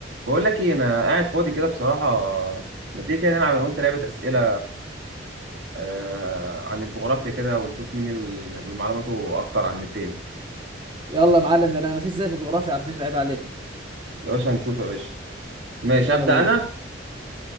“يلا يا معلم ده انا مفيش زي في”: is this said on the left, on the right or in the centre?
Right